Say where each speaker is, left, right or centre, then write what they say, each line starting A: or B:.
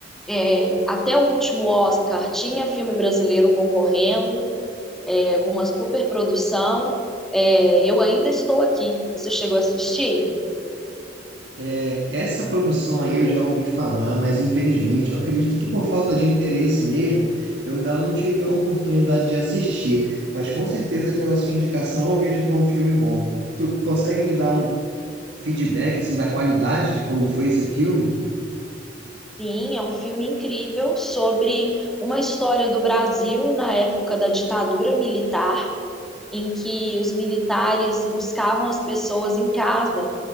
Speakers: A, in the centre; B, on the right.
A: É, até o último Oscar tinha filme brasileiro concorrendo, é, com uma superprodução. É, eu ainda estou aqui. Você chegou a assistir?
B: É, essa produção aí eu já ouvi falar, mas infelizmente eu acredito que por falta de interesse mesmo, eu ainda não tive a oportunidade de assistir. Mas com certeza pela sua indicação eu vejo que é um filme bom. Tu consegue me dar um feedback assim da qualidade de como foi esse filme?
A: Sim, é um filme incrível sobre uma história do Brasil na época da ditadura militar, em que os militares buscavam as pessoas em casa